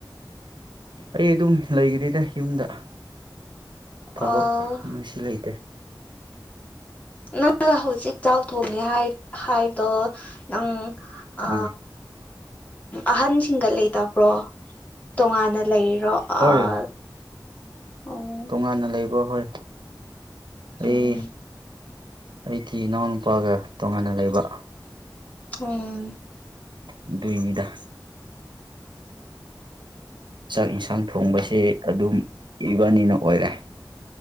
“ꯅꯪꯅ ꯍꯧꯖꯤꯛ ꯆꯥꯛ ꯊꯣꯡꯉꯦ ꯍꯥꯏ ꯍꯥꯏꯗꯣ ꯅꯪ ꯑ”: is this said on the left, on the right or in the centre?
Left